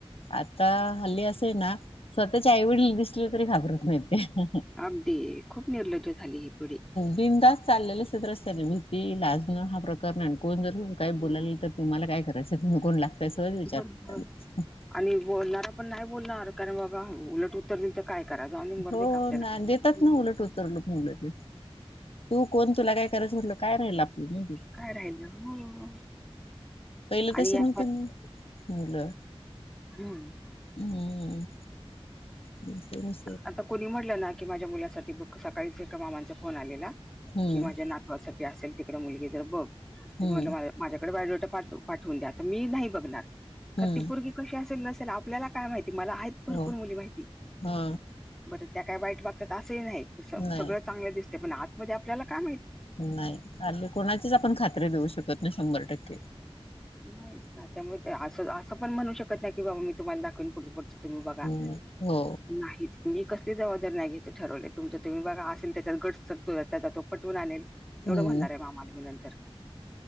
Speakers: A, on the left; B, in the centre.
A: आता हल्ली असं आहे ना स्वतःचे आईवडील दिसले तरी घाबरत नाही ते.
B: अगदी खूप निर्लज्ज झाली ही पिढी.
A: बिंदास चाललेले असतात रस्ताने भीती, लाजणं हा प्रकार नाही, आणि कोण जर काही
B: हो
A: बोलायला लागले तर तुम्हाला काय करायचं, तुम्ही कोण लागताय? सहज विचारतात
B: बरोबर
A: आणि
B: आणि बोलणारा पण नाही बोलणार, कारण बाबा उलट उत्तर दिलं तर काय करायच जाऊदे मरूदे
A: हो
B: का <unintelligible> आपल्याला
A: ना देतात ना उलट उतरलं मुलं ते तू कोण, तुला काय करायचं, म्हटलं तर काय राहिलं आपलं? <unintelligible>
B: काय राहिलं हो
A: पहिलं
B: आणि
A: तसं
B: या
A: नव्हतं ना. मुलं
B: हम्म
A: हम्म <unintelligible>
B: आता कोणी म्हटलं ना की माझ्या मुलासाठी बघ सकाळीच एका मामांचा फोन आलेला
A: हम्म
B: कि माझ्या नातवासाठी असेल तिकड मुलगी तर बघ तर
A: हम्म
B: म्हटलं माझा माझ्याकडे बायोडेटा पाठ-पाठवून द्या, तर मी नाही बघणार, कारण
A: हम्म
B: ती पोरगी कशी असेल, नसेल आपल्याला काय माहिती, मला आहेत भरपूर
A: हो
B: मुली माहिती.
A: हा.
B: बरं त्या काय वाईट वागतात असंही नाही,
A: नाही
B: सगळं चांगलं दिसतयं पण आतमध्ये आपल्याला काय माहित?
A: नाही हल्ली कोणाचीच आपण खात्री देऊ शकत नाही, शंभर टक्के.
B: नाहीच ना त्यामुळे असं, असं पण म्हणू शकत नाही की बाबा मी तुम्हाला दाखवन पुढं पुढच तुम्ही बघा,
A: हम्म, हो
B: नाहीच मी कसली जबाबदारी नाही घ्यायंच ठरवले, तुमचं तुम्ही बघा असेल त्याच्यात गट तर त्याचा तो पटवून आणेल. एवढं
A: हम्म,
B: म्हणणार आहे मामाला मी नंतर